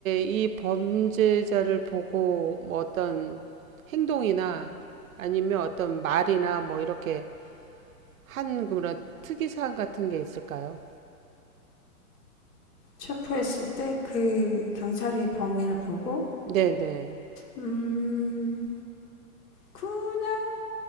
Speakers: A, on the right; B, on the left.
A: 이 범죄자를 보고 뭐 어떤 행동이나 아니면 어떤 말이나 뭐 이렇게 한 그런 특이사항 같은 게 있을까요?
B: 체포했을 때 그 경찰이 범인을 보고
A: 네네.
B: 음 그냥